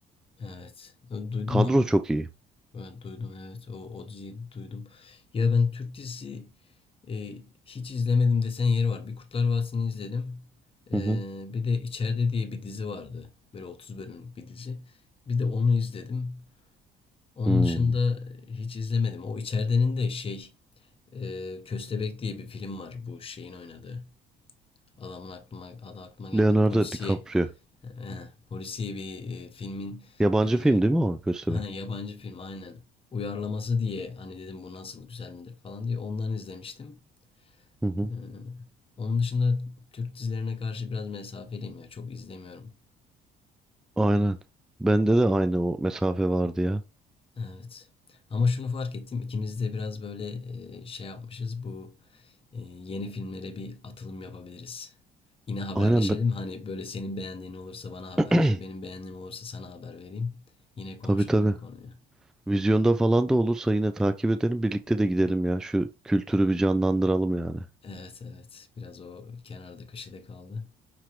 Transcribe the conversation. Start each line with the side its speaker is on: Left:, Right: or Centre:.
Left: evet. E, Duydum
Centre: Kadro
Left: onu.
Centre: çok iyi.
Left: Ben duydum evet. O o diziyi duydum. Ya ben Türk dizisi e, hiç izlemedim desen yeri var. Bir Kurtlar Vadisi'ni izledim. E,
Centre: Hı hı.
Left: bir de İçeride diye bir dizi vardı. Böyle 30 bölümlük bir dizi. Bir de onu izledim. Onun
Centre: Hmm.
Left: dışında hiç izlemedim. O İçeridenin de şey Ee, Köstebek diye bir film var bu şeyin oynadığı. Adamın aklıma adı aklıma
Centre: Leonardo
Left: gelmedi. Polisiye
Centre: DiCaprio.
Left: eh, polisiye bir e, filmin
Centre: Yabancı
Left: e,
Centre: film değil mi o Köstebek?
Left: ha, yabancı film aynen. Uyarlaması diye hani dedim bu nasıl güzel midir falan diye ondan izlemiştim.
Centre: Hı hı.
Left: Ee, onun dışında Türk dizilerine karşı biraz mesafeliyim ya çok izlemiyorum.
Centre: Aynen. Bende de aynı o mesafe vardı ya.
Left: Evet. Ama şunu fark ettim ikimiz de biraz böyle e, şey yapmışız bu e, yeni filmlere bir atılım yapabiliriz. Yine haberleşelim.
Centre: Aynen ben...
Left: Hani böyle senin beğendiğin olursa bana haber
Centre: <clears throat>
Left: ver. Benim beğendiğim olursa sana haber vereyim. Yine konuşalım
Centre: Tabii tabii.
Left: bu konuyu.
Centre: Vizyonda falan da olursa yine takip edelim. Birlikte de gidelim ya. Şu kültürü bir canlandıralım yani.
Left: Evet evet. Biraz o kenarda köşede kaldı.